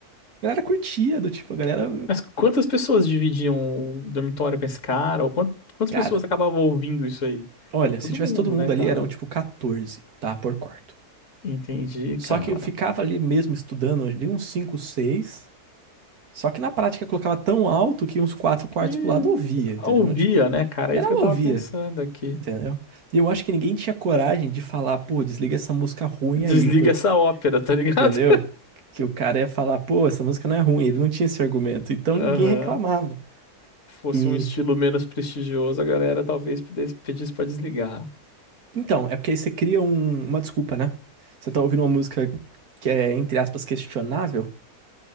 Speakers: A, on the right; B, on the left.
A: a galera curtia, do tipo, a galera.
B: Mas quantas pessoas dividiam o dormitório com esse cara? Ou quant- quantas
A: Cara,
B: pessoas acabavam ouvindo isso aí?
A: olha,
B: Todo
A: se tivesse
B: mundo,
A: todo mundo
B: né,
A: ali,
B: cara?
A: eram tipo 14, tá? Por quarto.
B: Entendi,
A: Só
B: cara.
A: que eu ficava ali mesmo estudando, ali uns 5 seis Só que na prática eu colocava tão alto que uns quatro quartos
B: Que
A: pro lado eu ouvia, entendeu?
B: ouvia,
A: Não tinha-
B: né, cara?
A: Geral
B: É isso que eu
A: eu
B: tava
A: ouvia.
B: pensando aqui.
A: Entendeu? E eu acho que ninguém tinha coragem de falar, pô, desliga essa música ruim
B: Desliga
A: aí, porque,
B: essa ópera, tá ligado?
A: entendeu? Que o cara ia falar, pô, essa música não é ruim, ele não tinha esse argumento, então
B: <laughs>
A: ninguém
B: Aham.
A: reclamava.
B: Fosse
A: E
B: um estilo menos prestigioso, a galera talvez pedisse pedisse pra desligar.
A: então, é porque aí você cria um- uma desculpa, né? Você tá ouvindo uma música que é, entre aspas, questionável,